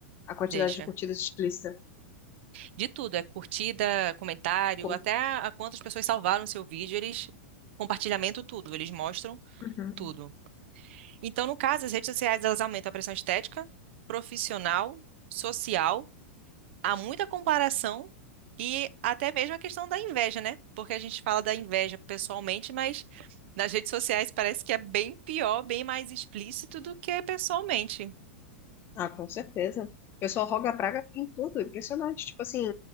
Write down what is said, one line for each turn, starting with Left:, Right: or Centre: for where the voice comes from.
Left: a quantidade
Right: deixa.
Left: de curtidas explícita.
Right: De tudo, é curtida, comentário,
Left: Com-
Right: até a quantas pessoas salvaram seu vídeo, eles compartilhamento tudo, eles mostram
Left: Uhum.
Right: tudo. Então, no caso, as redes sociais elas aumentam a pressão estética, profissional, social há muita comparação e até mesmo a questão da inveja, né? Porque a gente fala da inveja pessoalmente, mas nas redes sociais parece que é bem pior, bem mais explícito do que pessoalmente.
Left: Ah, com certeza. O pessoal roga a praga em tudo, é impressionante. Tipo assim,